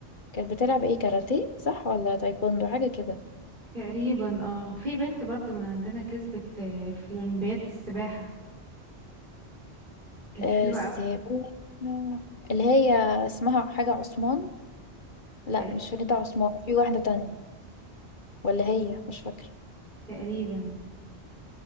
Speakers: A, on the left; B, on the right.
A: كانت بتلعب ايه كاراتيه صح ولا تايكوندو حاجة كده
B: تقريبا اه في بنت برضو من عندنا كسبت آه، في الأولمبياد السباحة كانت
A: آه،
B: حلوة
A: السيباحة
B: أوي
A: اللي هي اسمها حاجة عثمان لا
B: تقريبا
A: مش فريدة عثمان في واحدة تانية ولا هي مش فاكرة
B: تقريبا